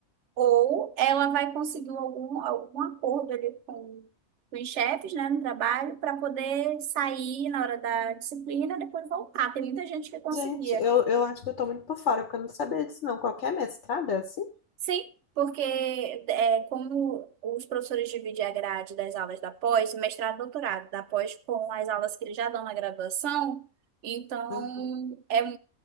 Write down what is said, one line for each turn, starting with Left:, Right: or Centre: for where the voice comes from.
Right: Ou ela vai conseguir algum, algum acordo ali com, com os chefes, né, no trabalho, para poder sair na hora da disciplina e depois voltar. Tem muita gente que conseguia.
Left: Gente, eu, eu acho que eu tô muito por fora, porque eu não sabia disso, não. Qualquer mestrado é assim?
Right: Sim, porque é, como os professores dividem a grade das aulas da pós, mestrado, doutorado, da pós com as aulas que eles já dão na graduação, então
Left: Aham.
Right: é,